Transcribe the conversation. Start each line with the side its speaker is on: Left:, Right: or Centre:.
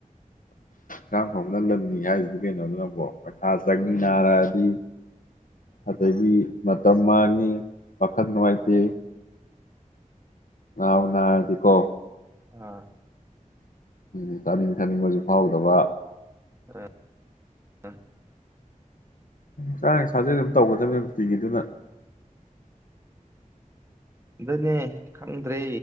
Left: ꯈꯔꯥꯡ ꯐꯅ ꯂꯝꯅꯤ ꯍꯥꯏꯁꯤꯗꯤ ꯀꯩꯅꯣꯗꯕꯣ ꯄ ꯈꯥ ꯁꯃꯤꯅꯔꯥ
Right: ꯎꯝ
Left: ꯑꯗꯨ ꯑꯗꯒꯤ ꯃꯇꯝ ꯃꯥꯡꯉꯤ ꯋꯥꯥꯈꯜ ꯅꯨꯡꯉꯥꯏꯇꯦ ꯑꯗꯗꯤꯀꯣ
Right: ꯑꯥ
Left: ꯎ ꯆꯥꯅꯤꯡꯕ ꯊꯥꯅꯤꯡꯕꯁꯨ ꯐꯥꯎꯗꯕ
Right: ꯑꯝ ꯎꯝ
Left: ꯆꯥꯡ ꯁꯥꯖꯦ ꯑꯗꯨꯝ ꯇꯧꯒꯗꯕꯅꯤ ꯅꯨꯡꯇꯤꯒꯤ ꯑꯗꯨꯅ
Right: ꯑꯗꯨꯅꯦ ꯈꯪꯗ꯭ꯔꯦ